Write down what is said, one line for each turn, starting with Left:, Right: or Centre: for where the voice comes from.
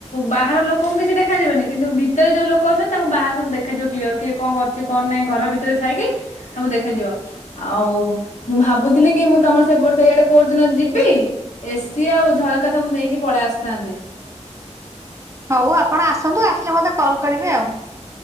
Left: ବାହାର ଲୋକଙ୍କୁ କିଛି ଦେଖାଯିବନି କିନ୍ତୁ ଭି ଭିତରେ ଯୋଉ ଲୋକ ଅଛନ୍ତି ତାଙ୍କୁ ବାହାରେ ସବୁ ଦେଖାଯିବ କ୍ଲିୟର କିଏ କଁ କରୁଚି କଣ ନାଁଇ ଘର ଭିତରେ ଥାଇକି। ସବୁ ଦେଖାଯିବ ଆଉ ମୁଁ ଭାବୁଥିଲି କି ମୁଁ ତମର ସେ ବର୍ ସେଇଆଡେ କୋଉ ଦିନ ଯିବି। ଏସି ଆଉ ଝରକା ସବୁ ନେଇକି ପଳେଇ ଆସିଥାନ୍ତି।
Right: ହୋଉ ଆପଣ ଆସନ୍ତୁ ଆସିଲେ ମତେ କଲ୍ କରିବେ ଆଉ।